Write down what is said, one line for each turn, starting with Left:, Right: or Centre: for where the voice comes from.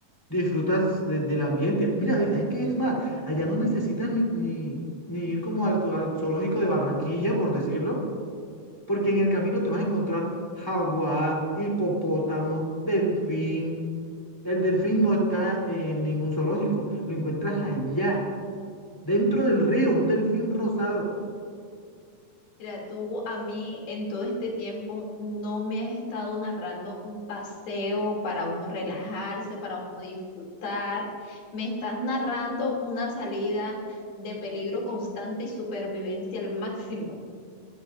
Centre: disfrutas de- del ambiente. Mira, ve, es que es más, allá no necesitas ni, ni, ni ir como al, co- al zoológico de Barranquilla, por decirlo, porque en el camino te vas a encontrar jaguar, hipopótamo, delfín. El delfín no está en ningún zoológico, lo encuentras allá, dentro del río, un delfín rosado.
Left: Mira, tú a mí en todo este tiempo no me has estado narrando un paseo para uno relajarse, para uno disfrutar. Me estás narrando una salida de peligro constante y supervivencia al máximo.